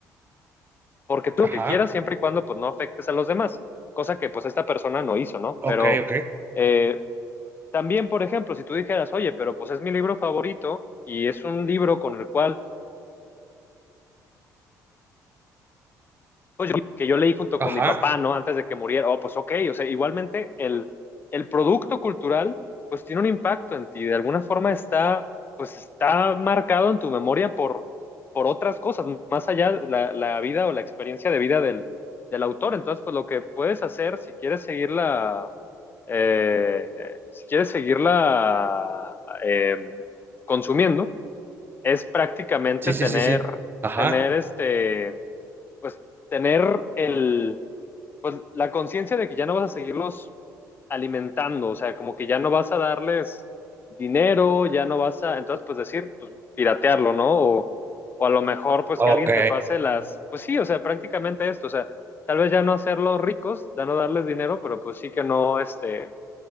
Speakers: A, on the left; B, on the right.
A: porque tú
B: Ajá.
A: lo que quieras siempre y cuando pues no afectes a los demás, cosa que pues esta persona no hizo, ¿no?
B: Ok,
A: Pero
B: ok.
A: eh, también, por ejemplo, si tú dijeras, oye, pero pues es mi libro favorito y es un libro con el cual pues yo, que yo leí junto
B: Ajá.
A: con mi papá, ¿no? Antes de que muriera, oh, pues ok, o sea, igualmente el, el producto cultural, pues tiene un impacto en ti, de alguna forma está, pues está marcado en tu memoria por, por otras cosas, más allá de la, la vida o la experiencia de vida del, del autor. Entonces, pues lo que puedes hacer, si quieres seguir la, eh, si quieres seguirla eh, consumiendo, es prácticamente
B: Sí,
A: tener,
B: sí, sí, sí. Ajá.
A: tener este, pues tener el, pues, la conciencia de que ya no vas a seguirlos alimentando, o sea, como que ya no vas a darles dinero, ya no vas a, entonces pues decir, pues piratearlo, ¿no? O, o a lo mejor pues
B: Ok.
A: que alguien te pase las, pues sí, o sea, prácticamente esto, o sea, tal vez ya no hacerlos ricos, ya no darles dinero, pero pues sí que no, este,